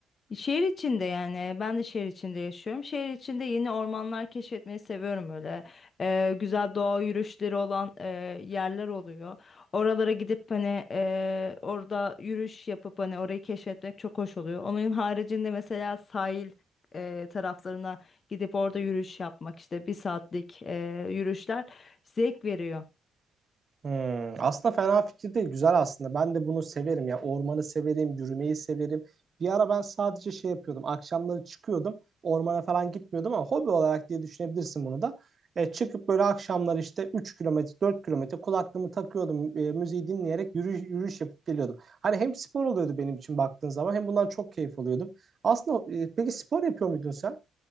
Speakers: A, on the left (about 45°); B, on the right (about 40°).
A: Şehir içinde yani ben de şehir içinde yaşıyorum. Şehir içinde yeni ormanlar keşfetmeyi seviyorum öyle. Ee, güzel doğa yürüyüşleri olan e, yerler oluyor. Oralara gidip hani e, orada yürüyüş yapıp hani orayı keşfetmek çok hoş oluyor. Onun haricinde mesela sahil e, taraflarına gidip orada yürüyüş yapmak işte bir saatlik e, yürüyüşler zevk veriyor.
B: Hmm, aslında fena fikir değil. Güzel aslında. Ben de bunu severim ya. Ormanı severim, yürümeyi severim. Bir ara ben sadece şey yapıyordum. Akşamları çıkıyordum. Ormana falan gitmiyordum ama hobi olarak diye düşünebilirsin bunu da. E, çıkıp böyle akşamları işte 3 kilometre, 4 kilometre kulaklığımı takıyordum. E, müziği dinleyerek yürüyüş, yürüyüş yapıp geliyordum. Hani hem spor oluyordu benim için baktığın zaman hem bundan çok keyif alıyordum. Aslında e, peki spor yapıyor muydun sen?